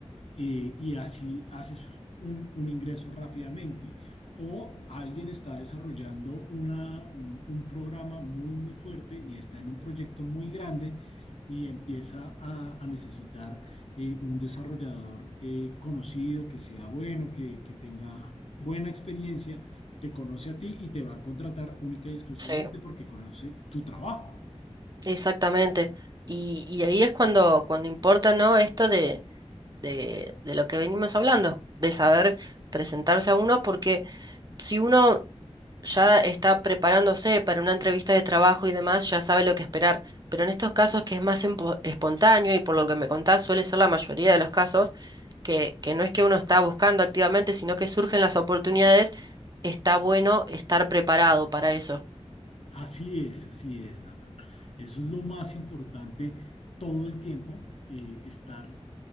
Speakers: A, on the left (about 65°); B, on the right (about 35°).
A: Eh, y así haces un, un, ingreso rápidamente. O alguien está desarrollando una, un, un programa muy, muy fuerte y está en un proyecto muy grande y empieza a, a necesitar eh, un desarrollador eh, conocido, que sea bueno, que, que tenga buena experiencia, te conoce a ti y te va a contratar única y exclusivamente
B: Sí.
A: porque conoce tu trabajo.
B: Exactamente. Y, y ahí es cuando, cuando importa, ¿no? Esto de, de, de lo que venimos hablando, de saber presentarse a uno, porque si uno ya está preparándose para una entrevista de trabajo y demás, ya sabe lo que esperar. Pero en estos casos que es más empo- espontáneo y por lo que me contás suele ser la mayoría de los casos, que, que no es que uno está buscando activamente, sino que surgen las oportunidades, está bueno estar preparado para eso.
A: Así es, así es, Nathan. Eso es lo más importante todo el tiempo, eh, estar